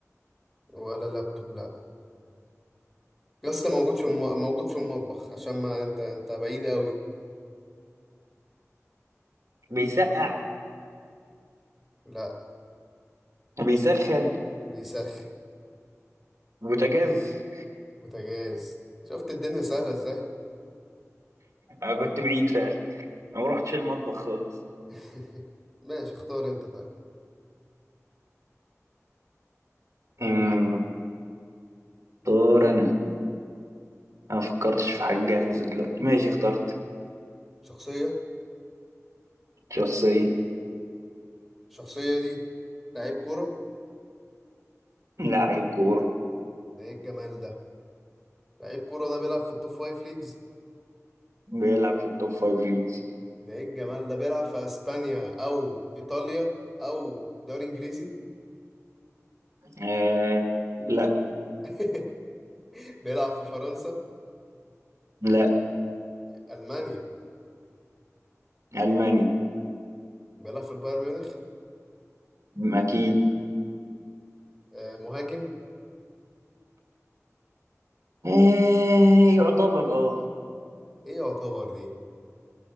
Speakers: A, in the centre; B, on the right (about 70°).
A: ولا لابتوب لا يا اسطى موجود في الم... موجود في المطبخ عشان ما انت انت بعيد قوي
B: بيسقع
A: لا
B: بيسخن
A: بيسخن
B: بوتاجاز
A: بوتاجاز شفت الدنيا سهلة ازاي
B: انا كنت بعيد فعلا أنا ما رحتش المطبخ خالص
A: <laughs> ماشي اختار انت طيب
B: أمم، اختار انا انا ما فكرتش في حاجة جاهزة دلوقتي ماشي اخترت
A: شخصية
B: شخصية
A: الشخصية دي لعيب كورة
B: لاعب كورة
A: ده ايه الجمال ده لعيب كورة ده بيلعب في التوب فايف ليجز
B: بيلعب في التوب فايف ليجز
A: ده ايه الجمال ده بيلعب في اسبانيا او ايطاليا او دوري انجليزي
B: آه لا
A: <laughs> بيلعب في فرنسا
B: لا
A: المانيا
B: ألماني
A: بيلعب في البايرن ميونخ
B: أكيد
A: آه، مهاجم
B: آه يعتبر اه
A: ايه يعتبر دي